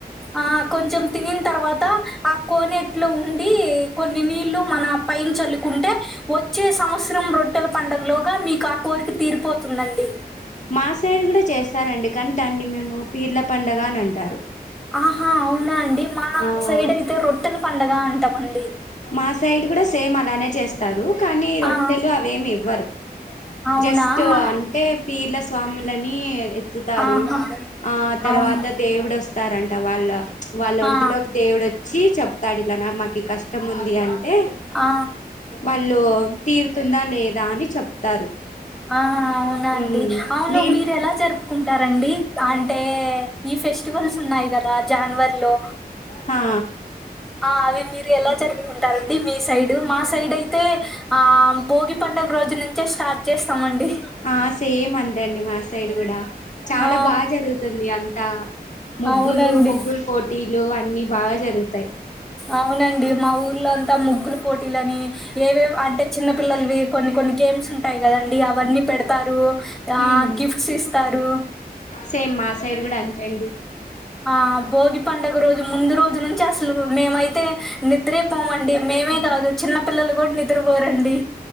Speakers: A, in the centre; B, on the left (about 45°).
A: ఆ కొంచెం తినిన్ తర్వాత ఆ కోనేట్లో ఉండి కొన్ని నీళ్లు మన పైన చల్లుకుంటే వోచ్ చ్చే సంవత్సరం రొట్టెల పండగలోగా మీకా కోరిక తీరిపోతుందండి
B: మాసైడ్ గూడా చేస్తారండి కానీ దాన్ని మేము పీర్ల పండగ అని అంటారు
A: ఆహా అవునా అండి మా
B: ఆ
A: సైడైత్ ట్టెల పండగ అంటామండి
B: మా సైడ్ గూడా సేమ్ అలానే చేస్ టారు కానీ రొట్టెలు
A: ఆ
B: అవేమ్ ఇవ్వరు
A: అవునా
B: జస్ట్
A: మా
B: అంట్ టే పీర్ల స్వాములని ఎత్తుతారు
A: ఆహా
B: ఆ తర్వాత
A: అవును
B: దేవుడొస్తారంట వాళ్ళ వాళ్ళ
A: ఆ
B: ఒంటిలోకి దేవుడోచ్ వచ్చి చెప్తాడు ఇలా నా మాకి ఈ కష్టముంది అంటే
A: ఆ
B: వాళ్ళు తీరుతుందా లేద్ దా అని చెప్తారు
A: ఆ అవునా అండి
B: ఊ
A: అవును
B: నేను
A: మీరు ఎలా జరుప్కుంటారండి అంటే ఈ ఫెస్టివల్స్ ఉన్నాయి కదా జాన్వరి లో
B: హా
A: ఆ అవి మీరు ఎలా జరుపుకుంటారండి మీ సైడ్ మా సైడైతే ఆ భోగి పండగ రోజు నుంచే స్టార్ట్ చేస్తామండి
B: ఆ సేమ్ అంతే అండి మా సైడ్ గూడా చాలా
A: ఆ
B: బాగా జరుగుత్ తుంది అంతా ముగ్గులు
A: అవునండి
B: ముగ్గుల్ పోటీలు అన్ని బాగా జరుగుతాయి
A: అవునండి మా ఊర్లోంతా ముగ్గుల పోటీలని ఏవేవో అంటే చిన్న పిల్లలవి కొన్ని కొన్ని గేమ్స్ ఉంట్ టాయి గదండి అవన్ని పెడతారు
B: హ్మ్
A: ఆ గిఫ్ట్స్ ఇస్తారు
B: సేమ్ మా సైడ్ గూడా అంతే అండి
A: ఆ భోగి పండగ రోజు ముందు రోజు నుంచే అసలు మేమైతే నిద్రే పోమండి మేమే కాదు చిన్న పిల్లలు గూడా నిద్రపోరండి